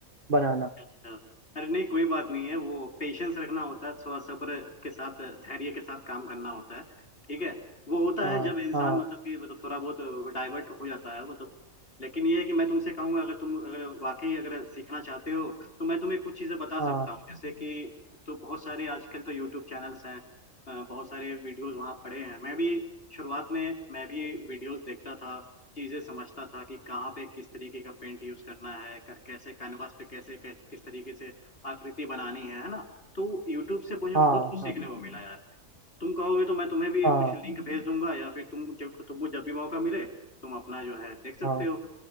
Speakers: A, on the right; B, on the left.
A: बनाना
B: अच्छा अच्छा। अरे नहीं कोई बात नहीं है वो पेशेंस रखना होता है थोड़ा सब्र के साथ धैर्य के साथ काम करना होता है ठीक है वो होता
A: हाँ
B: है जब इंसान
A: हाँ
B: मतलब कि मतलब थोड़ा बहुत डाइवर्ट हो जाता है मतलब लेकिन ये है कि मैं तुमसे कहूंगा अगर तुम अगर वाकई अगर सीखना चाहते हो तो मैं तुम्हें कुछ चीजें बता
A: हाँ
B: सकता हूँ जैसे कि तो बहुत सारे आजकल तो यूट्यूब चैनल्स हैं अ, बहुत सारे वीडियोस वहाँ पड़े हैं मैं भी शुरुआत में मैं भी वीडियोस देखता था चीजें समझता था कि कहाँ पे किस तरीके का पेंट यूज करना है क- कैसे कैनवास पे कैसे, कैसे किस तरीके से आकृति बनानी है है ना तो यूट्यूब से मुझे
A: हाँ
B: बहुत कुछ सीखने
A: हाँ
B: को मिला यार तुम कहोगे तो मैं तुम्हें भी
A: हाँ
B: कुछ लिंक भेज दूंगा या फिर तुम जब तुमको जब भी मौका मिले तुम अपना जो है देख सकते
A: हाँ
B: हो